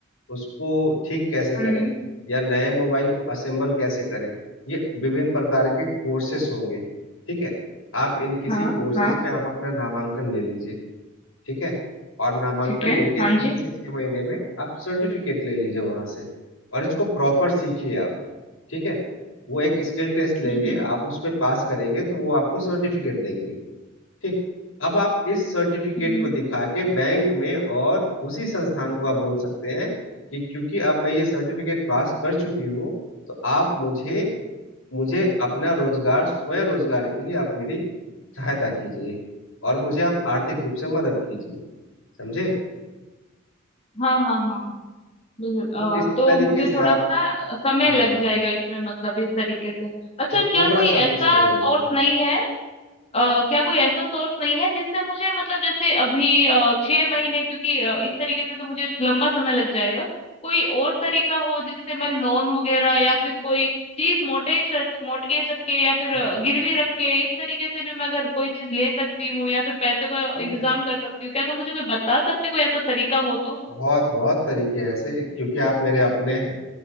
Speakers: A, on the left; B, on the left.
A: उसको ठीक कैसे
B: हम्म
A: करें
B: हम्म,
A: या नए मोबाइल को असेंबल कैसे करें ये विभिन्न प्रकार के कोर्सेस होंगे ठीक है आप इन किसी
B: हाँ
A: कोर्सेस
B: हाँ
A: में आप अपना नामांकन ले लीजिए ठीक है और नामांकन
B: ठीक है
A: लेके
B: हाँ
A: तीन
B: जी
A: से छह महीने में आप सर्टिफिकेट ले लीजिए वहां से और इसको प्रॉपर सीखिए आप ठीक है वो एक स्किल टेस्ट लेंगे
B: हम्म
A: आप उस पे पास करेंगे तो वो आपको सर्टिफिकेट देंगे ठीक अब आप इस सर्टिफिकेट
B: हम्म हम्म,
A: को दिखा के बैंक में और उसी संस्थान को आप बोल सकते हैं कि क्योंकि अब मैं ये सर्टिफिकेट पास कर चुकी हूँ तो आप मुझे मुझे अपना रोजगार स्वयं रोजगार के लिए आप मेरी सहायता कीजिए और मुझे आप आर्थिक रूप से मदद कीजिए समझे
B: हाँ हाँ हाँ बिल्कुल अ,
A: तो इस
B: तो
A: तरीके
B: मुझे
A: से
B: थोड़ा
A: आप
B: सा समय
A: हाँ
B: लग जाएगा इसमें मतलब इस तरीके से अच्छा
A: तो
B: क्या
A: थोड़ा
B: कोई
A: सा आपको
B: ऐसा
A: समझ देना
B: सोर्स
A: होगा
B: नहीं है अ, क्या कोई ऐसा सोर्स नहीं है जिससे मुझे मतलब जैसे अभी अ, छह महीने क्योंकि अ, इस तरीके से तो मुझे लंबा समय लग जाएगा कोई और तरीका हो जिससे मैं लोन वगैरह या फिर कोई चीज मोटेज रख मोटगेज रख के या फिर अ,
A: जी,
B: गिरवी रख के इस तरीके से भी मैं अगर कोई चीज ले सकती हूँ या फिर पैसे को
A: ठीक
B: इंतजाम
A: है
B: कर सकती हूँ क्या तुम मुझे कोई बता सकते कोई ऐसा तरीका हो तो
A: बहुत बहुत तरीके हैं ऐसे क्योंकि आप मेरे अपने हैं